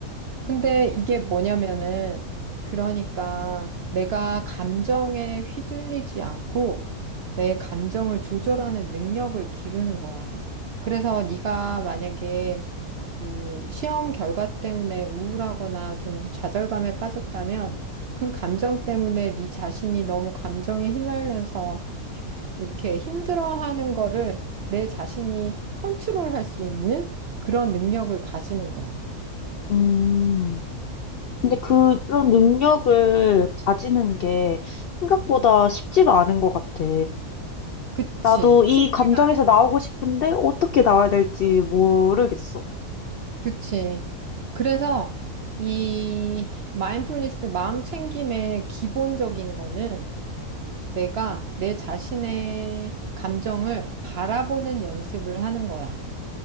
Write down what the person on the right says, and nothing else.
근데 이게 뭐냐면은, 그러니까 내가 감정에 휘둘리지 않고 내 감정을 조절하는 능력을 기르는 거야. 그래서 네가 만약에 그 시험 결과 때문에 우울하거나 좀 좌절감에 빠졌다면 그 감정 때문에 네 자신이 너무 감정에 휘말려서 이렇게 힘들어하는 거를 내 자신이 컨트롤할 수 있는 그런 능력을 가지는 거야.
그치?
쉽지
그치. 그래서 이 마인드풀니스 마음 챙김의 기본적인 거는 내가 내 자신의 감정을 바라보는 연습을 하는 거야.